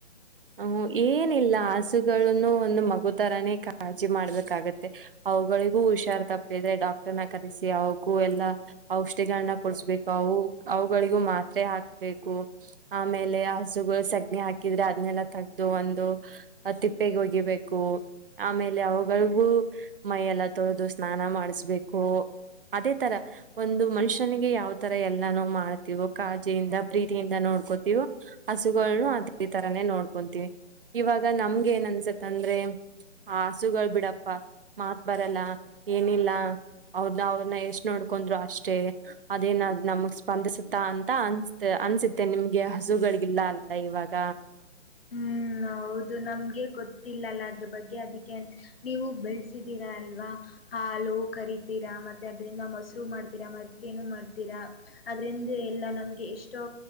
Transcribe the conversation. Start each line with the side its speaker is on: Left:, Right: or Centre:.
Right: ಅ ಹೂಂ ಏನಿಲ್ಲ ಹಸುಗಳನ್ನು ಒಂದ್ ಮಗು ತರಾನೇ ಕಾಳಜಿ ಮಾಡ್ಬೇಕಾಗತ್ತೆ. ಅವುಗಳಿಗೂ ಹುಷಾರ್ ತಪ್ಪಿದ್ರೆ ಡಾಕ್ಟರ್ನ ಕರೆಸಿ ಅವಕೂ ಎಲ್ಲಾ ಔಷಧಿಗಳನ್ನ ಕೊಡ್ಸ್ಬೇಕು ಅವು ಅವುಗಳಿಗೂ ಮಾತ್ರೆ ಹಾಕ್ಬೇಕು ಆಮೇಲೆ ಹಸುಗಳು ಸಗ್ಣಿ ಹಾಕಿದ್ರೆ ಅದ್ನೆಲ್ಲ ತೆಗ್ದು ಒಂದು ತಿಪ್ಪೆಗೊಗಿಬೇಕು. ಆಮೇಲೆ ಅವುಗಳಿಗೂ ಮೈಯೆಲ್ಲ ತೊಳೆದು ಸ್ನಾನ ಮಾಡಿಸಬೇಕು, ಅದೇ ತರ ಒಂದು ಮನುಷ್ಯನಿಗೆ ಯಾವ್ ತರ ಎಲ್ಲಾನೂ ಮಾಡ್ತೀವೋ ಕಾಳಜಿಯಿಂದ ಪ್ರೀತಿಯಿಂದ ನೋಡ್ಕೋತೀವೋ ಹಸುಗಳ್ನು ಅದೇ ತರನೇ ನೋಡ್ ಕೊಂತಿನಿ, ಇವಾಗ ನಮ್ಗೇನ್ ಅನ್ಸತ್ ಅಂದ್ರೆ ಆ ಹಸುಗಳ್ ಬಿಡಪ್ಪ ಮಾತ್ ಬರಲ್ಲ ಏನಿಲ್ಲ ಅವ್ರ್ನಾ ಅವ್ರ್ನ್ ಎಷ್ಟ್ ನೋಡ್ಕೊಂಡ್ರು ಅಷ್ಟೆ ಅದೇನ್ ಅದ್ ನಮಗ್ ಸ್ಪಂದಿಸುತ್ತಾ ಅಂತ ಅನ್ಸ್ತ್ ಅನ್ಸತ್ತೆ ನಿಮ್ಗೆ ಹಸುಗಳ್ಗಿಲ್ಲ ಅಲ್ಲ ಇವಾಗ.
Left: ಹ್ಮ್ ಹೌದು ನಮ್ಗೆ ಗೊತ್ತಿಲ್ಲಲ್ಲ ಅದ್ರ ಬಗ್ಗೆ ಅದಕ್ಕೆ ಅ ನೀವು ಬೆಳ್ಸಿದೀರಾ ಅಲ್ವಾ ಹಾಲೂ ಕರಿತೀರಾ ಮತ್ತೆ ಅದ್ರಿಂದ ಮೊಸ್ರು ಮಾಡ್ತೀರಾ ಮಜ್ಗೇನೂ ಮಾಡ್ತೀರ ಅದ್ರಿಂದ ಎಲ್ಲ ನಮಗೆ ಎಷ್ಟೋ